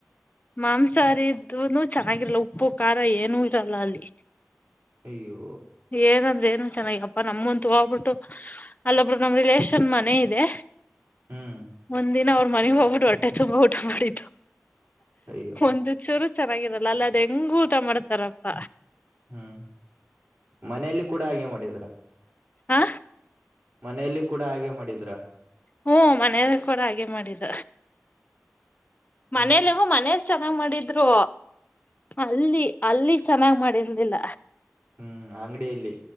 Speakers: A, on the left (about 35°); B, on the right (about 55°).
A: ಮಾಂಸಹಾರಿದ್ದನು ಚೆನ್ನಾಗಿರ್ಲ್ಲ ಉಪ್ಪು ಖಾರ ಏನು ಇರಲ್ಲ ಅಲ್ಲಿ
B: ಅಯ್ಯೋ
A: ಏನಂದ್ರೆ ಏನ ಚೆನ್ನಾಗಿರಲ್ಲಪ್ಪ ನಮ್ಮಂತು ಹೋಗ್ಬಿಟ್ಟು ಅಲ್ಲೊಬ್ಬರುದು ನಮ್ ರಿಲೇಶನ್ ಮನೆ ಇದೆ
B: ಹ್ಮ್
A: ಒಂದ ದಿನ ಅವ್ರ ಮನೆಗ್ ಹೋಗ್ಬಿಟ್ಟು ಹೊಟ್ಟೆ ತುಂಬಾ ಊಟ ಮಾಡಿದ್ದು
B: ಅಯ್ಯೋ
A: ಒಂದು ಚೂರು ಚೆನ್ನಾಗಿರಲ್ಲ ಅಲ್ಲ ಅದ ಹೆಂಗ ಊಟ ಮಾಡ್ತಾರಪ್ಪ
B: ಹ್ಮ್ ಮನೆಯಲ್ಲಿ ಕೂಡ ಹಾಗೆ ಮಾಡಿದರ
A: ಹಾ
B: ಮನೆಯಲ್ಲಿ ಕೂಡ ಹಾಗೆ ಮಾಡಿದ್ರ
A: ಹು ಮನೆಯ್ಲಲಿ ಕೂಡ ಹಾಗೆ ಮಾಡಿದ್ದ ಮನೇಲಿವೋ
B: ಹ್ಮ್
A: ಮನೇಲಿ ಚೆನ್ನಾಗ್ ಮಾಡಿದ್ರು ಅಲ್ಲಿ ಅಲ್ಲಿ ಚೆನ್ನಾಗ್ ಮಾಡಿರ್ದಿಲ್ಲ
B: ಹ್ಮ್ ಅಂಗಡಿಯಲ್ಲಿ